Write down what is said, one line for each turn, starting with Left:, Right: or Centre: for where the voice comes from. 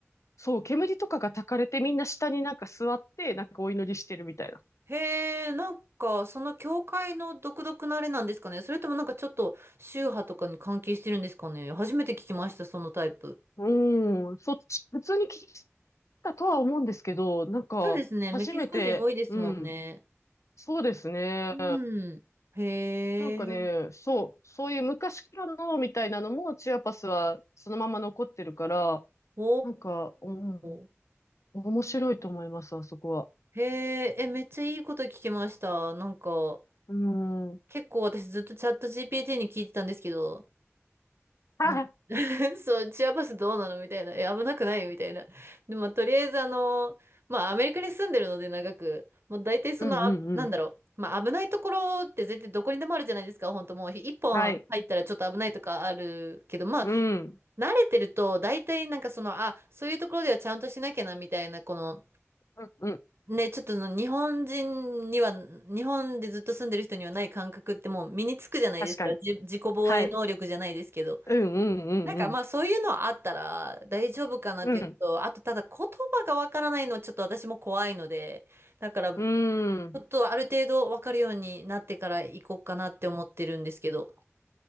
Left: そう、煙とかが焚かれてみんな下になんか座ってなんかお祈りしてるみたいな。
Right: へえ。なんか、その教会の独特なあれなんですかね。それともなんかちょっと宗派とかに関係してるんですかね。初めて聞きました、そのタイプ。
Left: うん、そっち、普通に聞いたとは思うんですけど、なんか初めて、
Right: そうですね。メキシコ人多いですもんね。
Left: うん、そうですね。
Right: うん。へえ。
Left: なんかね、そう、そういう昔からのみたいなのもチアパスはそのまま残ってるから、
Right: お
Left: なんか、うん、
Right: ー。
Left: 面白いと思います、あそこは。
Right: へえ、え、めっちゃいいこと聞きました。なんか、
Left: うん。
Right: 結構私ずっとチャット
Left: <laughs>
Right: GPT に聞いてたんですけど、
Left: はい
Right: なんか <laughs> そう、チアバスどうなのみたいな。え、危なくないみたいな。で、まあ、とりあえずあの、まあ、アメリカに住んでるので長く、もう大体その、
Left: うんうんうん。
Right: あ、なんだろう。まあ、危ないところって絶対どこにでもあるじゃないですか。本当もう、一本入ったらちょっと危ないとかあるけど、
Left: はい。
Right: まあ、
Left: うん。
Right: 慣れてると、大体なんかその、あ、そういうところではちゃんとしなきゃな、みたいな、この、
Left: うん、うん。
Right: ね、ちょっとの日本人には、日本でずっと住んでる人にはない感覚ってもう身につくじゃないですか。
Left: 確かに。
Right: じ、自己防衛能力じゃないですけど。
Left: はい。うん、うん、
Right: なんかまあそういうのはあったら大丈夫かなっていうのと、
Left: うん、うん。
Right: あとただ言葉がわからないのはちょっと私も怖いので、だからち
Left: うん。うーん。
Right: ょっとある程度わかるようになってから行こうかなって思ってるんですけど。